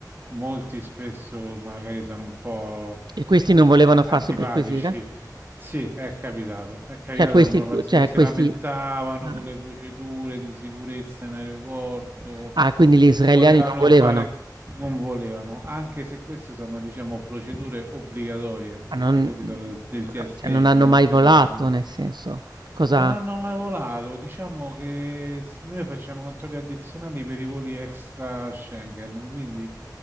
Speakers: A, on the right (about 30°); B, on the right (about 80°).
A: molti spesso magari sono un po'
B: E questi non volevano farsi
A: Antipatici.
B: perquisire?
A: Sì, è capitato, è capitato,
B: Cioè questi
A: era una
B: q
A: pazzia-
B: cioè
A: si
B: questi
A: lamentavano
B: ah.
A: con le procedure di sicurezza in aeroporto,
B: Ah, quindi gli israeliani
A: volevano
B: non volevano?
A: fare, non volevano, anche se queste sono, diciamo, procedure obbligatorie,
B: Ma
A: perché
B: non
A: quelli sono del, del
B: però
A: TSE,
B: cioè non
A: di
B: hanno
A: un ente
B: mai volato,
A: regolatore.
B: nel senso, cosa
A: Non hanno mai volato, diciamo che s- noi facciamo controlli addizionali per i voli extra Schengen, quindi